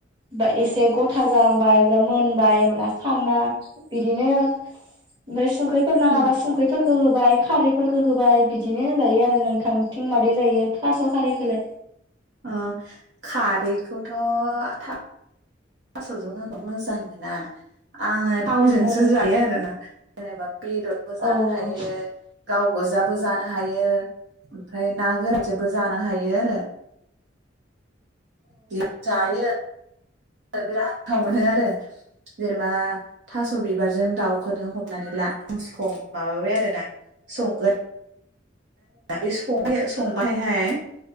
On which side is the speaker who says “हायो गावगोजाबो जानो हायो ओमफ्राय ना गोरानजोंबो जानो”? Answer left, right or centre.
Right